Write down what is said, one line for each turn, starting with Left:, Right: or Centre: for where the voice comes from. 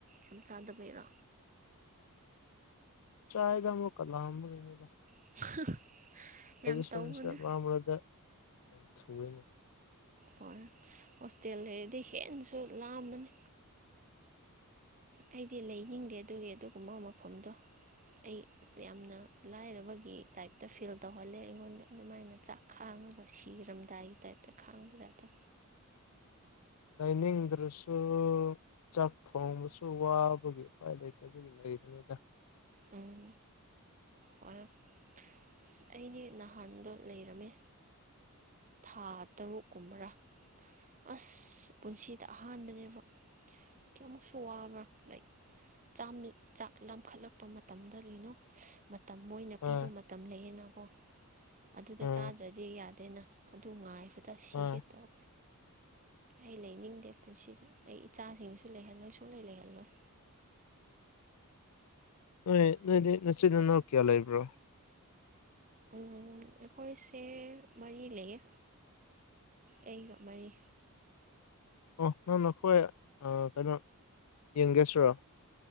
Right: ꯌꯥꯝ ꯆꯥꯗꯕꯩꯔꯣ
Left: ꯆꯥꯌꯦꯗ ꯑꯃꯨꯛꯀ ꯂꯥꯝꯕꯒꯤꯅꯤꯗ
Right: <unintelligible> ꯌꯥꯝ
Left: ꯁꯨꯝ
Right: ꯇꯧꯕꯅꯦ
Left: ꯃꯔꯛ ꯃꯔꯛꯇ ꯁꯨꯌꯦꯅꯦ
Right: ꯍꯣꯏ ꯍꯣꯁꯇꯦꯜ ꯂꯩꯔꯗꯤ ꯍꯦꯟꯅꯁꯨ ꯂꯥꯝꯕꯅꯤ ꯑꯩꯗꯤ ꯂꯩꯅꯤꯡꯗꯦ ꯑꯗꯨꯒꯤ ꯑꯗꯨꯒꯨꯝꯕ ꯃꯐꯝꯗꯣ ꯑꯩ ꯌꯥꯝꯅ ꯂꯥꯏꯔꯕꯒꯤ ꯇꯥꯏꯞꯇ ꯐꯤꯜ ꯇꯧꯍꯜꯂꯦ ꯑꯩꯉꯣꯟꯗ ꯑꯗꯨꯃꯥꯏꯅ ꯆꯥꯛ ꯈꯥꯡꯉꯒ ꯁꯤꯔꯝꯗꯥꯏꯒꯤ ꯇꯥꯏꯞꯇ ꯈꯥꯡꯕꯗꯦ ꯑꯗꯣ
Left: ꯂꯩꯅꯤꯡꯗ꯭ꯔꯁꯨ ꯆꯥꯛ ꯊꯣꯡꯕꯁꯨ ꯋꯥꯕꯒꯤ ꯎꯄꯥꯏ ꯂꯩꯇꯕꯒꯤ ꯂꯩꯕꯅꯤꯗ
Right: ꯎꯝ ꯍꯣꯏ ꯑꯁ ꯑꯩꯗꯤ ꯅꯍꯥꯟꯗꯣ ꯂꯩꯔꯝꯃꯦ ꯊꯥ ꯇꯔꯨꯛ ꯀꯨꯝꯕꯔꯥ ꯑꯁ ꯄꯨꯟꯁꯤꯗ ꯑꯍꯥꯟꯕꯅꯦꯕ ꯀꯌꯥꯃꯨꯛꯁꯨ ꯋꯥꯕ꯭ꯔꯥ ꯂꯥꯏꯛ ꯆꯥꯝ ꯆꯥꯛ ꯂꯥꯝꯈꯠꯂꯛꯄ ꯃꯇꯝꯗ ꯃꯇꯝ ꯃꯣꯏꯅ
Left: ꯑꯥ
Right: ꯄꯤꯕ ꯃꯇꯝ ꯂꯩꯌꯦꯅꯀꯣ ꯑꯗꯨꯗ
Left: ꯑꯥ
Right: ꯆꯥꯖ꯭ꯔꯗꯤ ꯌꯥꯗꯦꯅ ꯑꯗꯨ ꯉꯥꯏꯕꯗ ꯁꯤꯒꯦ
Left: ꯑꯥ
Right: ꯇꯧ ꯑꯩ ꯂꯩꯅꯤꯡꯗꯦ ꯄꯨꯟꯁꯤꯗ ꯑꯩ ꯏꯆꯥꯁꯤꯡꯁꯨ ꯂꯩꯍꯜꯂꯣꯏ ꯁꯨꯡꯂꯩ ꯂꯩꯍꯜꯂꯣꯏ
Left: ꯅꯣꯏ ꯅꯣꯏꯗꯤ ꯅꯆꯤꯟ ꯅꯅꯥꯎ ꯀꯌꯥ ꯂꯩꯥꯕ꯭ꯔꯣ
Right: ꯎꯝ ꯑꯩꯈꯣꯏꯁꯦ ꯃꯔꯤ ꯂꯩꯌꯦ ꯑꯩꯒ ꯃꯔꯤ
Left: ꯑꯣ ꯅꯪꯅ ꯈꯣꯏ ꯀꯩꯅꯣ ꯌꯦꯡꯒꯦꯁꯔꯣ